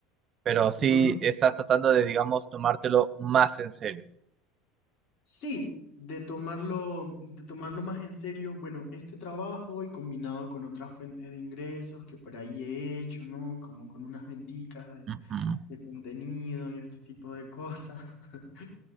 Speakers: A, on the right (about 35°); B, on the left (about 50°).
A: pero sí
B: no, ne-
A: estás tratando de, digamos, tomártelo más en serio.
B: sí, de tomarlo, de tomarlo más en serio, bueno, este trabajo y combinado con otras fuentes de ingresos que por ahí he hecho, ¿no? Como con unas venticas de,
A: Ujú,
B: de contenido y este tipo de cosas, <laughs>